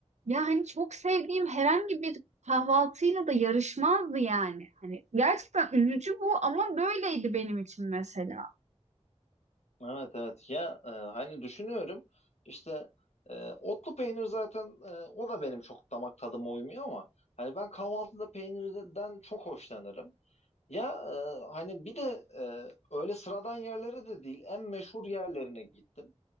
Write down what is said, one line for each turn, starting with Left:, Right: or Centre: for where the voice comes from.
Right: Ya hani çok sevdiğim herhangi bir kahvaltıyla da yarışmazdı yani. Hani gerçekten üzücü bu ama böyleydi benim için mesela.
Left: Evet evet ya e, hani düşünüyorum işte e, otlu peynir zaten e, o da benim çok damak tadıma uymuyor ama hani ben kahvaltıda peynirden çok hoşlanırım. Ya e, hani bir de e, öyle sıradan yerlere de değil, en meşhur yerlerine gittim.